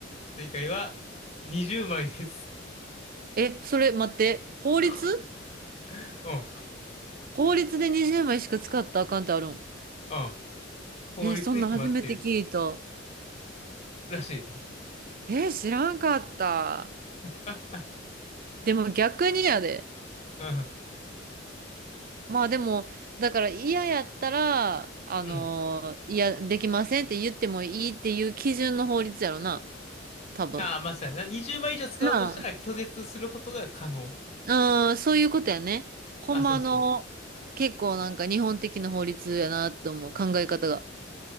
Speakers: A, on the left; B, on the right.
A: 正解は、20枚です。
B: え、それ待って、法律
A: <laughs> うん、
B: 法律で20枚しか使ったらあかんってあるん。
A: うん。法律で決まってる
B: え、そんなん初めて聞いた。
A: らしいね。
B: え、知らんかった。
A: <laughs>
B: でも逆にやで。
A: う
B: まあでも、だから嫌やったら、あのーいや、
A: ん。
B: できませんって言ってもいいっていう基準の法律やろな、多分。
A: ああ、まあそうやな。20枚以上使おうとしたら拒絶することが可能。
B: なうん、そういうことやね。ほんまの、
A: あ、そうそ
B: 結構なんか日本的な法律やなって思う考え方が。